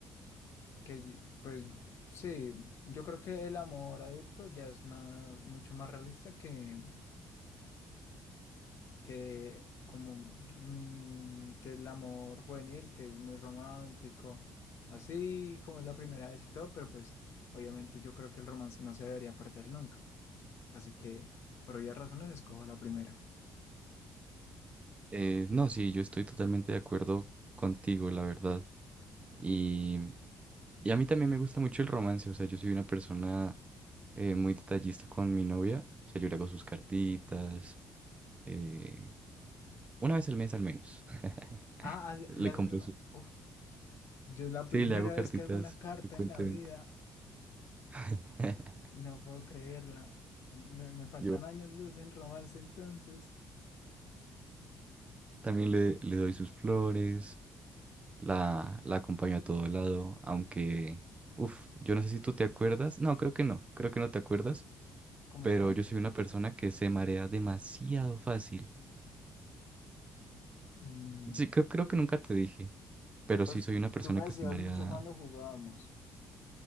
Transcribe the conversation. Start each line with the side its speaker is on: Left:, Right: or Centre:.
Left: que y- pues sí, yo creo que el amor adulto ya es más, mucho más realista que, que como mm, que el amor juvenil, que es muy romántico, así como es la primera vez y todo, pero pues obviamente yo creo que el romance no se debería perder nunca. Así que, por obvias razones, escojo la primera.
Right: Eh, no, sí, yo estoy totalmente de acuerdo contigo, la verdad. Y, y a mí también me gusta mucho el romance. O sea, yo soy una persona eh, muy detallista con mi novia. O sea, yo le hago sus cartitas. eh, una vez al mes al menos. <laughs>
Left: Ah, hace-
Right: Le
Left: le haces
Right: compro
Left: una.
Right: su...
Left: Uf, yo es la primera
Right: Sí, le hago cartitas
Left: vez que hago una carta
Right: frecuentemente.
Left: en la vida.
Right: <laughs>
Left: No puedo creerla. Me, me faltan
Right: Yo
Left: años luz en romance, entonces.
Right: También le, le doy sus flores, la, la acompaño a todo lado, aunque, uff, yo no sé si tú te acuerdas, no, creo que no, creo que no te acuerdas,
Left: Coméntame.
Right: pero yo soy una persona que se marea demasiado fácil.
Left: Mm,
Right: Sí, creo, creo que nunca te dije, pero
Left: pues
Right: sí soy una persona
Left: tú me
Right: que
Left: decías
Right: se marea.
Left: mucho cuando jugábamos